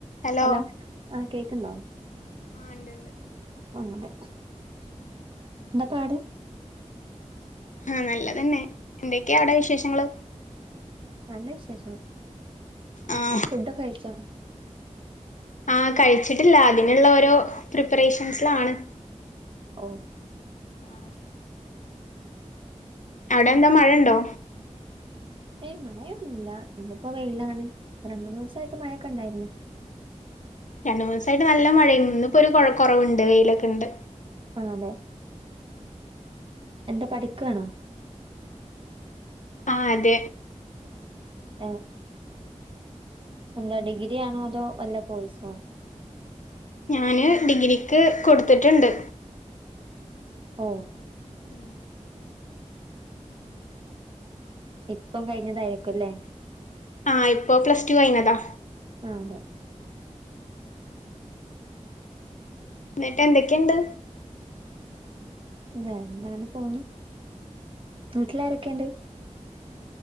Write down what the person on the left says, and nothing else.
Hello
ആ ണ്ട് ണ്ട്
ആഹ നല്ലതന്നെ എന്തൊക്കെയ അവിടെ വിശേഷങ്ങള്
ആഹ്
ആ കഴിച്ചിട്ടില്ല അതിനുള്ള ഓരോ പ്രിപ്പറേഷൻസിലാണ്
ആഹ അടെ എന്താ മഴ ഉണ്ടോ
രണ്ടു മുന്നിസയിട്ട് നല്ല മഴ ഇന്ന് പ്പോര് ഒരു കോയ കൊറവ്ണ്ട് വെയിലൊക്കെണ്ട്
ആ അതെ
ഞാന് ഡിഗ്രിക്ക് കൊടുത്തിട്ട്ണ്ട്
ഉം
ആ ഇപ്പോൾ പ്ലസ് ടു കഴിഞ്ഞ താ
ന്നിട്ട് എന്തൊക്കെയുണ്ട്